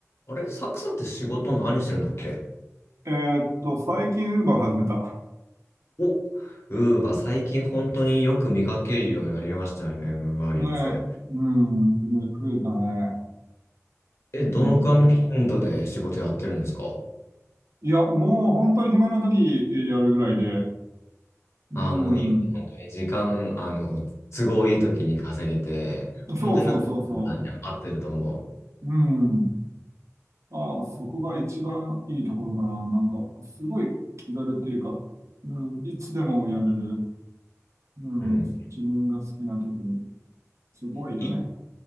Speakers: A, on the left (about 55°); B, on the right (about 65°).
A: あれサクさんって仕事何してるんだっけ
B: えーっと、最近ウーバー始めた。
A: お、ウーバー、最近本当によく見かけるようになりましたよね、ウーバーイーツ。
B: ね、うん、ね増えたね。
A: え、どのくらいの頻度で仕事やってるんですか
B: うんいや、もう本当に暇な時やるぐらいで、うん、
A: ああもういいよね、本当に時間、あの、都合いい時に稼げて、
B: そうそうそうそ
A: 本当になんか、合ってると思
B: う、うん。あー、そこが一番いいところかな。なんか、すごい気軽っていうか、うん、いつでもやれる。うん、
A: う。うん。
B: 自分が好きな時に、すごいよね。
A: 一